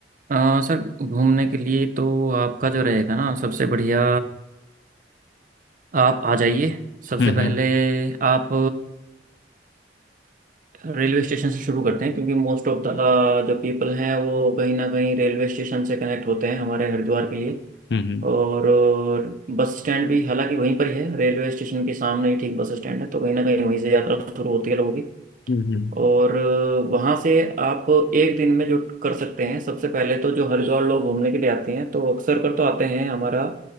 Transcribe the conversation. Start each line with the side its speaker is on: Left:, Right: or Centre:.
Right: आ, सर घूमने के लिए तो आपका जो रहेगा ना सबसे बढ़िया आप आ जाइए सबसे
Left: हम्म हम्म
Right: पहले आप रेलवे स्टेशन से शुरू करते हैं क्योंकि मोस्ट ऑफ द जो पीपल हैं वो कहीं ना कहीं रेलवे स्टेशन से कनेक्ट होते हैं हमारे हरिद्वार के लिए
Left: हम्म
Right: और, और बस स्टैंड भी हालांकि वहीं पर ही है रेलवे स्टेशन के सामने ही ठीक बस स्टैंड है तो कहीं ना कहीं वहीं से यात्रा शुरू होती है लोगों की
Left: हम्म हम्म,
Right: और वहाँ से आप एक दिन में जो कर सकते हैं सबसे पहले तो जो हरिद्वार लोग घूमने के लिए आते हैं तो अक्सर कर तो आते हैं हमारा